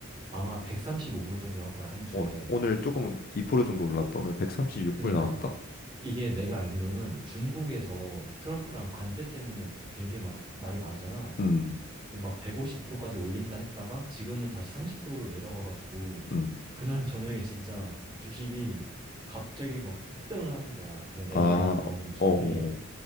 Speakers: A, on the right; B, on the left.
A: 아마 135불 정도 할 거야, 한 주에.
B: 어, 오늘 조금 2% 정도 올랐다. 오늘 136불
A: 그니까
B: 나왔다.
A: 이게 내가 알기로는 중국에서 트럼프랑 관세 때문에 되게 막 말이 많았잖아.
B: 음,
A: 근데 막 150%까지 올린다 했다가 지금은 다시 30%로 내려가가지고
B: 음.
A: 그날 저녁에 진짜 주식이 갑자기 막 폭등을 하는 거야. 그런
B: 아,
A: AI 관련된 주들이.
B: 어, 어, 어.